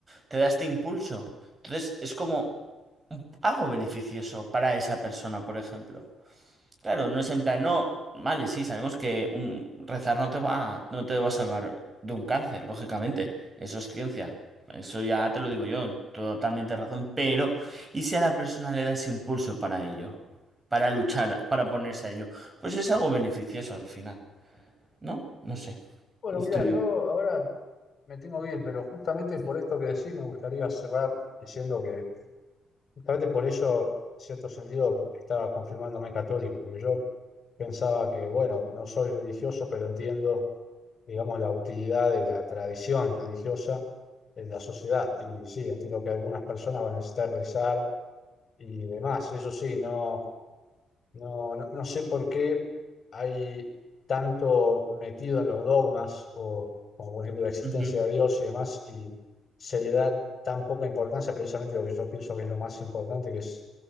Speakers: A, on the right; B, on the left.
A: te da este impulso. Entonces es como algo beneficioso para esa persona, por ejemplo. Claro, no es en plan, no, vale, sí, sabemos que un, rezar no te va, no te va a salvar de un cáncer, lógicamente, eso es ciencia. Eso ya te lo digo yo, totalmente razón, pero ¿y si a la persona le das impulso para ello? Para luchar, para ponerse a ello. Pues es algo beneficioso al final. ¿No? No sé.
B: Bueno,
A: Estoy...
B: mira, yo ahora me tengo que ir, pero justamente por esto que decís me gustaría cerrar diciendo que justamente por eso, en cierto sentido, estaba confirmándome católico, porque yo pensaba que, bueno, no soy religioso, pero entiendo, digamos, la utilidad de la tradición religiosa en la sociedad. Y sí, entiendo que algunas personas van a necesitar rezar y demás. Eso sí, no. No, no, no sé por qué hay tanto metido en los dogmas, o como por ejemplo la existencia
A: Ujú,
B: de Dios y demás, y se le da tan poca importancia precisamente a lo que yo pienso que es lo más importante, que es